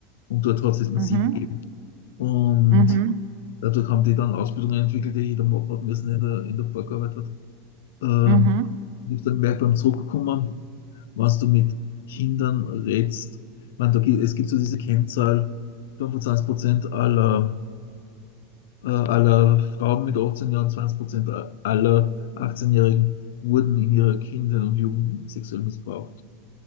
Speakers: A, on the left; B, on the right.
A: und dort hat es es massiv
B: Mhm.
A: gegeben. Und
B: Mhm.
A: dadurch haben die dann Ausbildungen entwickelt, die jeder machen hat müssen, der in der, in der Pfarrgearbeit hat. Ähm,
B: Mhm.
A: ich habe dann gemerkt beim Zurückkommen, was du mit Kindern redst. Ich meine, da gibt, es gibt so diese Kennzahl, 25% aller äh, aller Frauen mit 18 Jahren, 20 Prozent aller 18-Jährigen wurden in ihrer Kindheit und Jugend sexuell missbraucht.